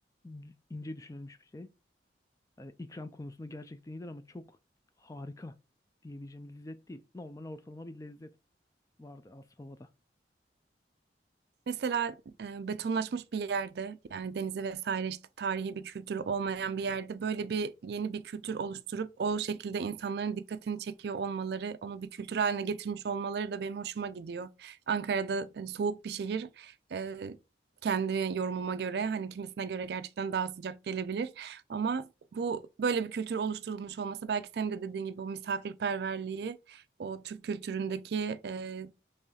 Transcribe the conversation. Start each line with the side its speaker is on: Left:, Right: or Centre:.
Left: d- ince düşünülmüş bir şey. Hani ikram konusunda gerçekten iyidir ama çok harika diyebileceğim bir lezzet değil. Normal ortalama bir lezzet vardı Aspava'da.
Right: Mesela e, betonlaşmış bir yerde yani denizi vesaire işte tarihi bir kültürü olmayan bir yerde böyle bir yeni bir kültür oluşturup o şekilde insanların dikkatini çekiyor olmaları, onu bir kültür haline getirmiş olmaları da benim hoşuma gidiyor. Ankara'da e, soğuk bir şehir e, kendi yorumuma göre hani kimisine göre gerçekten daha sıcak gelebilir ama bu böyle bir kültür oluşturulmuş olması belki senin de dediğin gibi o misafirperverliği, o Türk kültüründeki e,